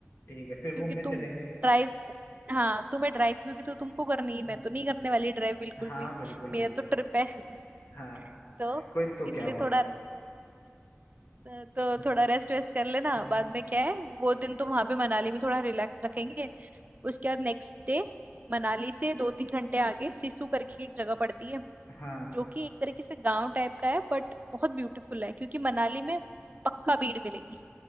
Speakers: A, on the left; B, on the right.
A: ठीक है फिर
B: क्योंकि
A: घूमने
B: तुम
A: चलेंगे
B: ड्राइव हाँ तुम्हें ड्राइव क्योंकि तो तुमको करनी है
A: हम्म
B: मैं तो नहीं करने वाली ड्राइव बिल्कुल
A: हाँ
B: भी
A: बिल्कुल
B: मेरा
A: बिल्कुल
B: तो ट्रिप है <laughs>
A: हाँ
B: तो
A: कोई तो क्या
B: इसलिए
A: हुआ
B: थोड़ा <laughs> तो
A: हम्म
B: थोड़ा रेस्ट वेस्ट कर लेना
A: हम्म,
B: बाद में क्या है वो दिन तो वहां पे मनाली में थोड़ा रिलैक्स रखेंगे उसके बाद नेक्स्ट डे मनाली से दो तीन घंटे आगे सिसु करके एक जगह पड़ती है
A: हाँ
B: जो कि एक तरीके से गांव टाइप का है बट बहुत ब्यूटीफुल है क्योंकि मनाली में पक्का भीड़ मिलेगी